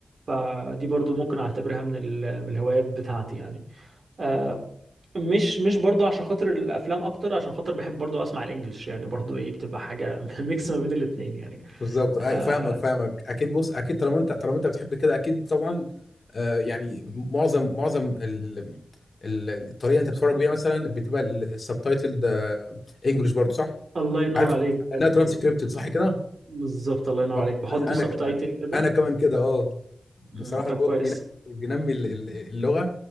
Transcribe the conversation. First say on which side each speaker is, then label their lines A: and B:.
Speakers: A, on the right; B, on the left.
A: فدي برضو ممكن اعتبرها من ال- من الهوايات بتاعتي يعني آه مش مش برضو عشان خاطر الافلام اكتر عشان خاطر بحب برضو اسمع الانجليش يعني برضو ايه بتبقى حاجه <laughs> ميكس ما بين الاتنين يعني
B: بالظبط أي-
A: آه
B: فاهمك فاهمك اكيد بص اكيد طالما انت طالما انت بتحب كده اكيد طبعا آه، يعني معظم معظم ال- ال- ال- الطريقه اللي انت بتتفرج بيها مثلا بتبقى السبتايتلد انجلش برضو صح
A: الله ينور
B: عارف
A: عليك بجد
B: لانها ترانسكريبتد صح كده
A: بالظبط الله ينور
B: آه،
A: عليك بحط
B: انا انا
A: سبتايتل
B: ك-
A: كده
B: انا كمان كده اه بصراحه
A: مم. طب
B: الموضوع
A: كويس
B: ده بينمي بينمي ال- ال- اللغه